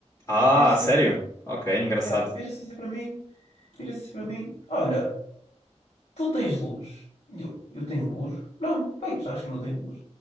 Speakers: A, on the left; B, on the left.
A: Ah,
B: Vira-se
A: sério?
B: assim para mim,
A: Ok, engraçado.
B: já, vira-se assim para mim, vira-se assim para mim. Olha, tu tens luz. E eu, eu tenho luz? Não, bem, tu sabes que eu não tenho luz.